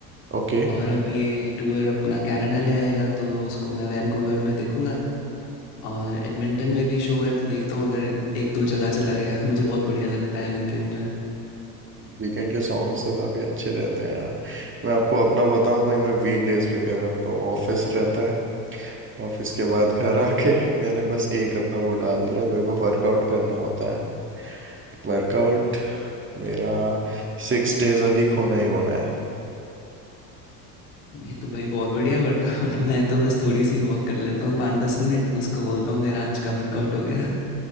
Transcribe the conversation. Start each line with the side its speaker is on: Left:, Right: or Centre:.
Right: ओके
Left: और अब ये टूर अपना कनाडा ले आएगा तो उसको मैं वैंकूवर में देखूंगा और एडमिंटन में भी शो है तो देखता हूँ अगर एक दो जगह चला गया <laughs> मुझे बहुत बढ़िया लगता है वीकेंड
Right: वीकेंड के सॉन्ग्स तो काफी अच्छे रहते हैं यार मैं आपको अपना बताऊं भाई मैं वीकडेज पे क्या करता हूँ ऑफिस रहता है ऑफिस के बाद घर आके <laughs> मैंने बस एक अपना वो डाल दिया है मेरे को वर्कआउट करना होता है वर्कआउट मेरा सिक्स डेज अ वीक होना ही होना है
Left: ये तो भाई बहुत बढ़िया वर्कआउट मैं तो बस थोड़ी सी वॉक कर लेता हूँ पाँच दस मिनट उसको बोलता हूँ मेरा आज का वर्कआउट हो गया